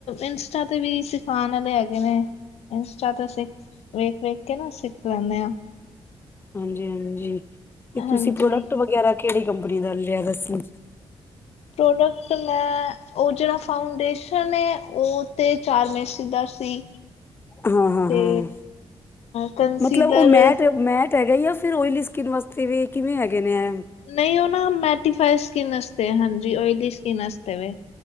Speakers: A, on the left; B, on the left.
A: ਇੰਸਟਾ ਤੇ ਵੀ ਸਿਖਾਉਣ ਵਾਲੇ ਹੈਗੇ ਨੇ। ਇੰਸਟਾ ਤੋਂ ਸਿੱਖ ਵੇਖ ਵੇਖ ਕੇ ਨਾ ਸਿੱਖ ਲੈਂਦੇ ਹਾਂ।
B: ਹਾਂਜੀ, ਹਾਂਜੀ ਤੇ
A: ਹਾਂਜੀ
B: ਤੁਸੀਂ ਪ੍ਰੋਡਕਟ ਵਗੈਰਾ ਕਿਹੜੀ ਕੰਪਨੀ ਦਾ ਲਿਆ ਦੱਸੋ?
A: ਪ੍ਰੋਡਕਟ। ਅਤੇ ਮੈਂ ਉਹ ਜਿਹੜਾ ਫਾਊਂਡੇਸ਼ਨ ਏ ਉਹ ਤਾਂ ਚਾਰਮੈਸੀ ਦਾ ਸੀ।
B: ਹਾਂ, ਹਾਂ,
A: ਤੇ
B: ਹਾਂ
A: ਕੰਸੀਲਰ
B: ਮਤਲਬ ਉਹ ਮੈਟ, ਮੈਟ। ਹੈਗਾ ਹੀ ਆ ਫਿਰ ਓਇਲੀ ਸਕਿੰਨ ਵਾਸਤੇ ਵੀ ਕਿਵੇਂ ਹੈਗੇ ਨੇ ਏ।
A: ਨਹੀਂ ਉਹ ਨਾ ਮੇਟੀਫਾਈ ਸਕਿਨ ਵਾਸਤੇ ਹਾਂਜੀ, ਓਇਲੀ ਸਕਿੰਨ ਵਾਸਤੇ ਵੇ।